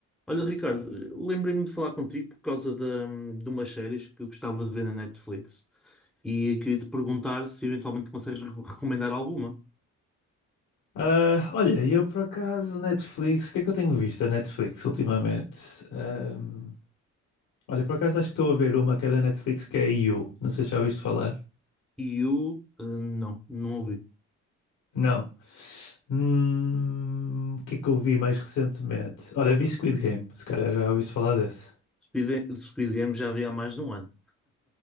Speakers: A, in the centre; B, on the left (about 75°).
A: Olha, Ricardo, lembrei-me de falar contigo por causa da, de umas séries que eu gostava de ver na Netflix e queria te perguntar se eventualmente consegues re- recomendar alguma.
B: Ah, olha, e eu por acaso, Netflix, o que é que eu tenho visto a Netflix ultimamente? Ahm, olha, por acaso acho que estou a ver uma que é da Netflix que é You, não sei se já ouviste falar.
A: E eu, eh, não, não ouvi.
B: Não. Hum, o que é que eu vi mais recentemente? Olha, vi Squid Game, se calhar já ouviste falar desse.
A: Squid Squid Game já vi há mais de um ano.